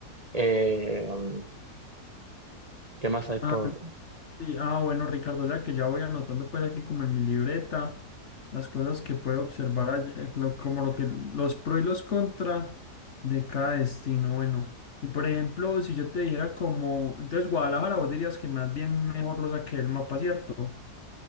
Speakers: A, on the right (about 25°); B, on the left (about 50°).
A: Eh, um, ¿qué más hay por...?
B: Ah, sí, ah, bueno, Ricardo, ya que ya voy anotando pues aquí como en mi libreta las cosas que puedo observar allí, eh, lo- como lo que los pro y los contra de cada destino. Bueno, y por ejemplo, si yo te dijera como, entonces Guadalajara, vos dirías que más bien mejor lo saqué del mapa, ¿cierto?